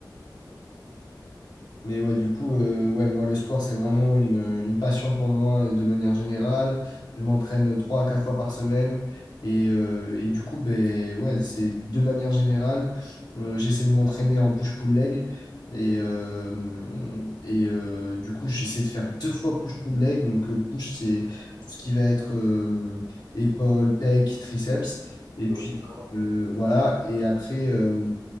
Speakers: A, on the left (about 65°); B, on the right (about 75°).
A: Mais ouais, du coup, euh, ouais, moi, le sport, c'est vraiment une, une passion pour moi euh, de manière générale. Je m'entraîne trois à quatre fois par semaine. Et, euh, et du coup, ben, ouais, c'est de manière générale, euh, j'essaie de m'entraîner en push-pull leg. Et, euh, et euh, du coup, j'essaie de faire deux fois push-pull leg. Donc, euh, push, c'est tout ce qui va être euh, épaules, pecs, triceps. Et puis,
B: haut du corps.
A: euh, voilà. Et après, euh,